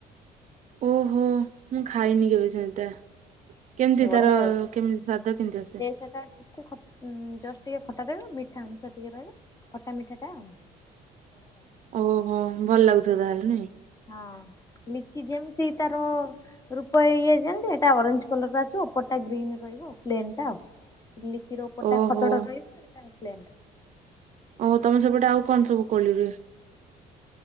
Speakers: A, on the right; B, on the left.
A: ଓଃ ହୋ। ମୁଁ ଖାଇନି କେବେ ସେମିତିଆ। କେମିତି
B: ବଢିଆ
A: ତାର
B: ଲାଗେ।
A: କେମିତି ସ୍ଵାଦ କେମିତି ଆସେ?
B: ଟିକେ ଖଟା ରହିବ ମିଠା ଅଂଶ ଟିକେ ରହିବ ଖଟା ମିଠା ଟା ଆଉ।
A: ଓଃ ହୋ ଭଲ ଲାଗୁଥିବ ତାହେଲେ ନାଇଁ।
B: ହଁ ଲିଚି ଯେମିତି ତାର ରୂପ ଇଏ ଯେମତି ଏଟା ଅରେଞ୍ଜ କଲର ଆସିବ ଉପରଟା ଗ୍ରୀନ ରେ ରହିବ ପ୍ଲେନ୍ ଟା। ଲିଚି ର ଉପରଟା
A: ଓହୋ
B: ଖଦଡ ରହିବ ଏଟା ପ୍ଲେନ।
A: ଓ ତମେ ସେପଟେ ଆଉ କଣ ସବୁ କୋଳି ରୁହେ?